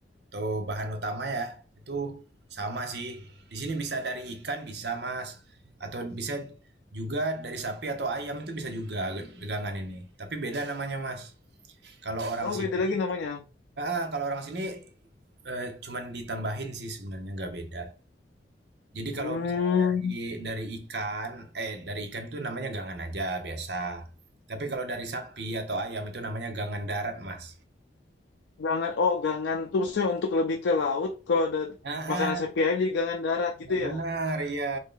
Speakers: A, on the right; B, on the left.
A: atau bahan utama ya, itu sama sih. Di sini bisa dari ikan bisa, Mas. Atau bisa juga dari sapi atau ayam itu bisa juga degangan ini. Tapi beda namanya, Mas. Kalau orang
B: Oh,
A: sini,
B: beda lagi namanya.
A: ah, kalau orang sini eh, cuman ditambahin sih sebenarnya nggak beda. Jadi kalau
B: Hmm.
A: misalnya dari dari ikan eh, dari ikan itu namanya gangan aja, biasa. Tapi kalau dari sapi atau ayam itu namanya gangan darat, Mas.
B: Gangan. Oh, gangan tuh maksudnya untuk lebih ke laut. Kalau ada
A: Ah
B: makanan sapi ayam jadi gangan darat gitu
A: benar,
B: ya.
A: ya.